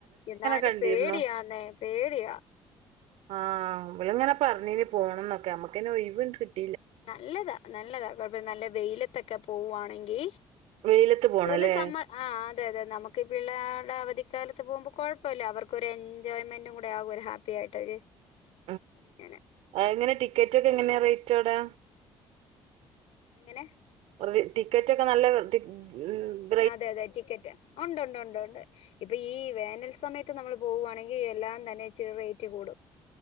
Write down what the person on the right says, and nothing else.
കണ്ടിരുന്നു
ആഹ് ഇബലിങ്ങനെ പറഞീനിം പോണംന്നൊക്കെ നമ്മക്ക് അയ്ന് ഒഴിവ് അണ് കിട്ട്
വെയിലത്ത് പോണല്ലേ
<inaudible>
എങ്ങനെ ടിക്കറ്റ് ഒക്കെ എങ്ങനെയാ റേറ്റ് അവിടെ
<unintelligible> ടിക്കറ്റൊക്കെ നല്ല ഉം